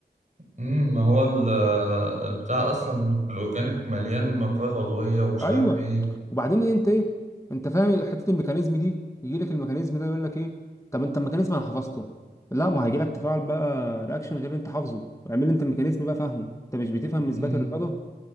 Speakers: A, on the right; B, on the left.
A: مم. ما هو ال- البتاع أصلا الأورجانيك مليان مركبات عضوية ومش
B: ايوه
A: عارف إيه
B: وبعدين إيه انت ايه انت فاهم حته الميكانيزم دي يجي لك الميكانيزم ده يقول لك ايه طب انت الميكانيزم انا حفظته لا ما هيجي لك تفاعل بقى رياكشن غير اللي انت حافظه اعمل انت الميكانيزم بقى فاهمه انت مش بتفهم اثبات
A: مم.
B: الرياضه